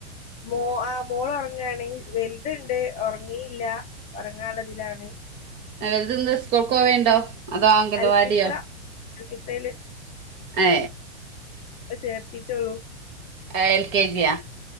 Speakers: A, on the left (about 20°); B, on the right (about 35°).
A: മോ ആ മോൾ ഉറങ്ങാണ് വലുതുണ്ട് ഉറങ്ങിയില്ല ഉറങ്ങാള്ളതിലാണ്
B: <unintelligible> സ്കൂൾക്ക്‌ പോവണ്ടോ അതോ അങ്കണവാടിയോ
A: അൽഫിത്ര <unintelligible>
B: ഏ
A: ഇപ്പ ചേർത്തീട്ടുള്ളു
B: ആ എൽ കെ ജിയാ